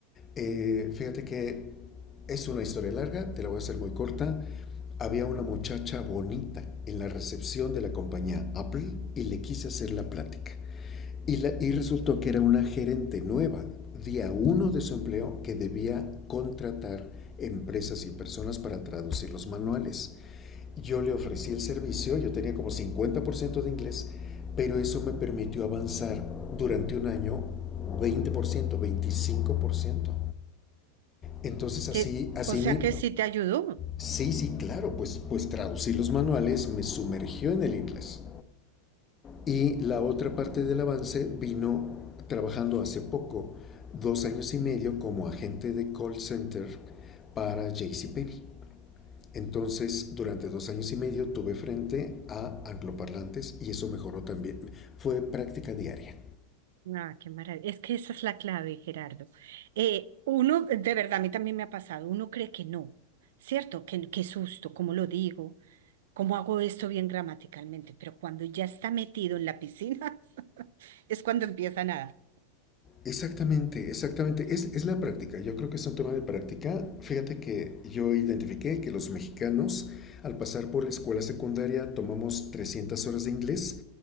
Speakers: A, on the left; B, on the right.
A: Eh, fíjate que es una historia larga, te la voy a hacer muy corta. Había una muchacha bonita en la recepción de la compañía Apple y le quise hacer la plática. Y, la- y resultó que era una gerente nueva, día uno de su empleo, que debía contratar empresas y personas para traducir los manuales. Yo le ofrecí el servicio, yo tenía como 50% de inglés, pero eso me permitió avanzar durante un año veinte por ciento veinticinco por ciento Entonces así,
B: que
A: así
B: o
A: mi...
B: sea que sí te ayudó.
A: Sí, sí, claro, pues, pues traducir los manuales me sumergió en el inglés. Y la otra parte del avance vino trabajando hace poco, dos años y medio, como agente de call center para JCPenney. Entonces, durante dos años y medio tuve frente a angloparlantes y eso mejoró también. Fue práctica diaria.
B: Ah, qué maravilla. Es que esa es la clave, Gerardo. Eh, uno, de verdad, a mí también me ha pasado, uno cree que no, ¿cierto? Que, qué susto, ¿cómo lo digo? ¿Cómo hago esto bien gramaticalmente? Pero cuando ya está metido en la piscina, <laughs> es cuando empieza a nadar.
A: Exactamente, exactamente. Es, es la práctica. Yo creo que es un tema de práctica. Fíjate que yo identifiqué que los mexicanos, al pasar por la escuela secundaria, tomamos 300 horas de inglés